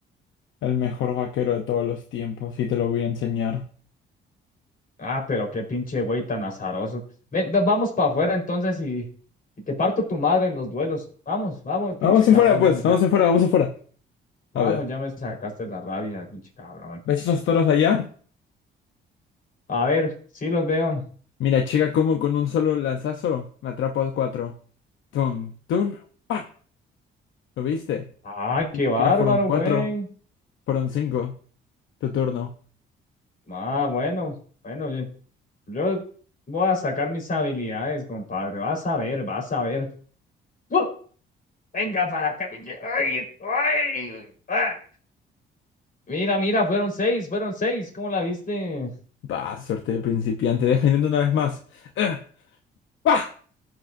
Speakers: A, on the left (about 75°); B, on the left (about 45°).
A: el mejor vaquero de todos los tiempos, y te lo voy a enseñar.
B: Ah, pero qué pinche güey tan azaroso. Ven, va- vamos para afuera entonces y, y te parto tu madre en los duelos. Vamos, vamos, pinche
A: Vamos
B: cabrón,
A: afuera, pues,
B: ya me sac-
A: vamos afuera, vamos afuera.
B: Vamos,
A: A ver,
B: ya me sacaste la rabia, pinche cabrón.
A: ¿ves esos toros allá?
B: A ver, sí los veo.
A: Mira, chica, como con un solo lanzazo me atrapo a cuatro. Tun, tun, pa. ¿Lo viste?
B: Ay,
A: Ni
B: qué
A: siquiera
B: bárbaro,
A: fueron cuatro,
B: güey.
A: fueron cinco. Tu turno.
B: Ah, bueno, bueno, yo, yo voy a sacar mis habilidades, compadre. Vas a ver, vas a ver. ¡Uh! Venga para acá, pinche. Ay, ay, ah. Mira, mira, fueron seis, fueron seis. ¿Cómo la viste?
A: Bah, suerte de principiante. Deja intento una vez más. Eh, pa.